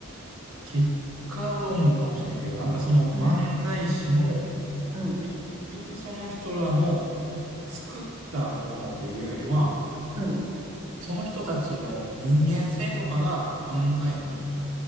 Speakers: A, on the right (about 80°); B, on the right (about 30°).
A: 結果論かもしれんけど、なんかその漫才師の、
B: な。うん。うん。
A: 結局その人らの作ったものというよりは、
B: うん。
A: その人たちの人間性とかが漫才に